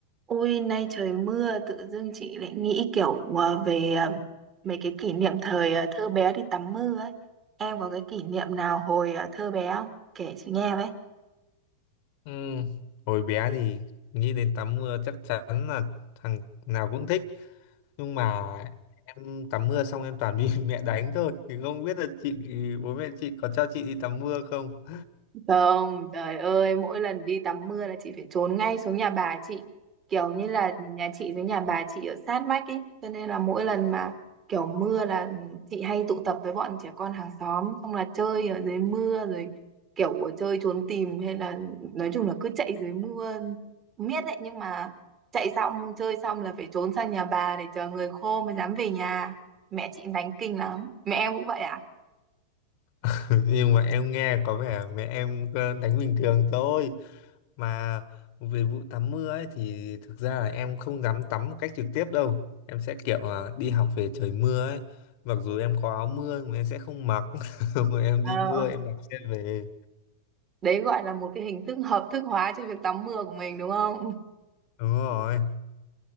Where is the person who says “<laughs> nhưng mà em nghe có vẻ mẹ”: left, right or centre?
Left